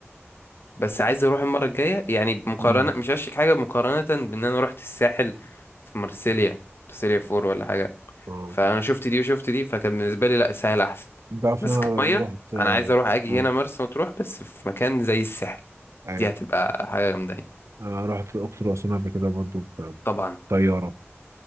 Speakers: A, on the left (about 55°); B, on the right (about 80°).
A: بس عايز اروح المره الجايه يعني بمقارنه
B: مم.
A: مش هشتك حاجه مقارنه بان انا رحت الساحل في مرسيليا مرسيليا فور ولا حاجه
B: اه
A: فانا شفت دي وشفت دي فكان بالنسبه لي لا الساحل احسن
B: انت عارف
A: بس
B: ان انا
A: كميه
B: رحت اه
A: انا عايز اروح اجي
B: آه،
A: هنا مرسى مطروح بس في مكان زي الساحل
B: ايوه
A: دي هتبقى حاجه جامده يعني
B: آه، رحت الاقصر واسوان قبل كده برضو ب-
A: طبعا
B: بطيارة